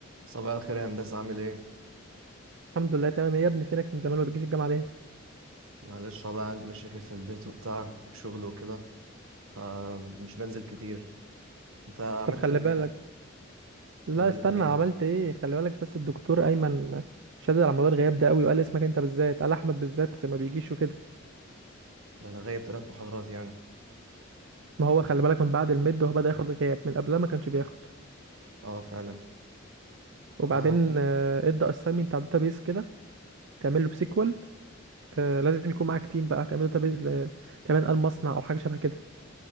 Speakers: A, on the right (about 85°); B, on the right (about 65°).
A: صباح الخير يا هندسة عامل ايه؟
B: الحمد لله تمام إيه يا ابني فينك من زمان ما بتجيش الجامعه ليه
A: معلش والله عندي مشاكل في البيت وبتاع وشغل وكده فمش بنزل كتير انت عملت
B: طب خلي
A: ال...
B: بالك لا
A: خلي بالك
B: استنى
A: من ايه؟
B: عملت ايه خلي بالك بس الدكتور ايمن شدد على موضوع الغياب ده قوي وقال اسمك انت بالذات قال احمد بالذات ما بيجيش وكده
A: ده انا غايب ثلاث محاضرات يعني
B: ما هو خلي بالك من بعد الميد هو بدا ياخد غياب من قبلها ما كانش بياخد
A: اه فعلا اه
B: وبعدين آه، ادى اساينمنت على داتابيز كده تعمل له بسيكوال آه، لازم يكون معاك تيم بقى تعمل داتابيز ل... تعمل قال مصنع او حاجه شبه كده